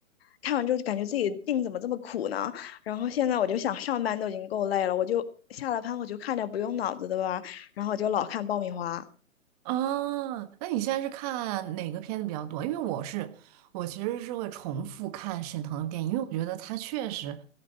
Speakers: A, on the left (about 50°); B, on the right (about 30°).
A: 看完之后就感觉自己命怎么这么苦呢？然后现在我就想上班都已经够累了，我就下了班我就看点不用脑子的吧，然后我就老看爆米花。
B: 啊，那你现在是看哪个片子比较多？因为我是我其实是会重复看沈腾的电影，因为我觉得他确实，